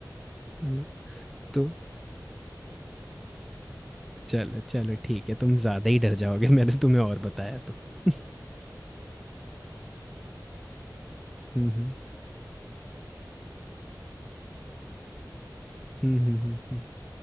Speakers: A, on the left (about 30°); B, in the centre.
A: यहीं
B: हम्म,
A: पे डिसकंटिन्यू कर
B: तो
A: दो यार मैं आगे और नहीं सुन सकता प्लीज
B: चलो चलो ठीक है तुम ज़्यादा ही डर जाओगे मैंने तुम्हें और बताया तो
A: भाई
B: <laughs>
A: टाइम भी तो हो रहा है मतलब रात के एक बज रहे हैं ऊपर से तुम मैंने
B: हम्म हम्म
A: बताया भी कि मुझे डर लगता है फिर भी तुम मुझे हॉरर मूवी सुनाए जा रहे हो
B: हम्म, हम्म, हम्म, हम्म।